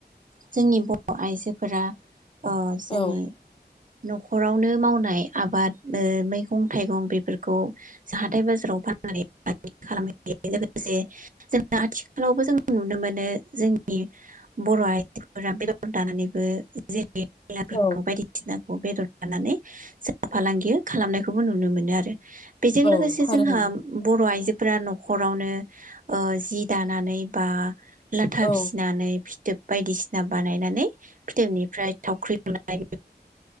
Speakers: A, on the right (about 50°); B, on the left (about 30°).
A: जोंनि बर' आइजोफोरा अ जोंनि
B: औ
A: न'खरावनो मावनाय आबाद ओ मैगं थाइगं बेफोरखौ जाहाथे बाजाराव फाननानै <inaudible> खालाम हैयो लोगोसे जों आथिखालावबो जों नुनो मोनो जोंनि बर' आइजोफोरा बेदर दाननानैबो जि <unintelligible>
B: औ
A: बेदर दाननानै जों फालांगि खालामनायखौबो नुनो मोनो आरो। बेजों
B: औ
A: लोगोसे
B: थारैनो
A: जोंहा बर' आइजो फ्रा न'खरावनो ओ जि दानानै बा लाथा
B: औ
A: फिसिनानै फिथोब बायदिसिना बानायनानै फिथोबनिफ्राय थावख्रि लुनाय